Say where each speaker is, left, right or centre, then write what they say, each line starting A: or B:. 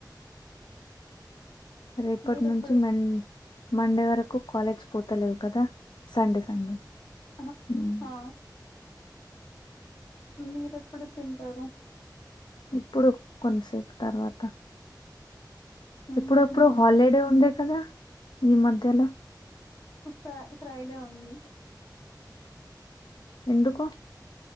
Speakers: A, on the left; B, on the left.
A: రేపటి
B: మీరేప్పుడు
A: నుంచి మన్ మండే వరకు కాలేజ్ పోతలేవ్ కదా సండే సండే
B: ఆహా
A: మ్.
B: హ మీరెప్పుడు తింటారు
A: ఇప్పుడు కొంతసేప్ తర్వాత
B: ఉహు
A: ఇప్పుడు ఏప్పుడో హాలిడే ఉంది కదా ఈ మధ్యలో
B: ఫై ఫ్రైడే ఉంది
A: ఎందుకు